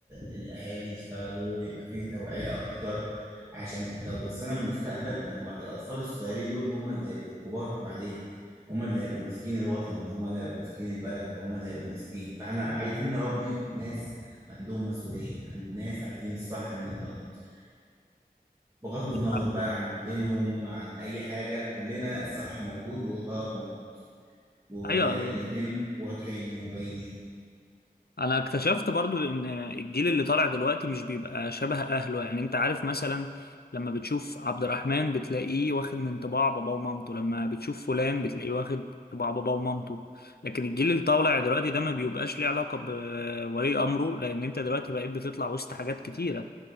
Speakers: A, on the right; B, on the left.
A: الاهالي يشتغلوا يبقى فيه توعية اكتر عشان لو بصينا للمستقبل هما الاطفال الصغيرين دول هما اللي هيبقوا الكبار بعدين هما اللي هيبقوا ماسكين الوطن هما اللي هيبقوا ماسكين البلد هما اللي هيبقوا ماسكين فاحنا عايزين نربي ناس عندهم مسؤولية عند ناس عارفين الصح من الغلط بغض
B: <laughs>
A: النظر بقى عن دينهم عن اي حاجة كلنا الصح موجود والغلط موجود والاتنين
B: ايوه
A: واضحين وباينين
B: انا اكتشفت برضو ان الجيل اللي طالع دلوقتي مش بيبقى شبه اهله يعني انت عارف مثلا لما بتشوف عبد الرحمن بتلاقيه واخد من طباع بابا ومامته لما بتشوف فلان بتلاقيه واخد طباع بابا ومامته لكن الجيل اللي طالع دلوقتي ده ما بيبقاش ليه علاقة بولي امره لان انت دلوقتي بقيت بتطلع وسط حاجات كتيرة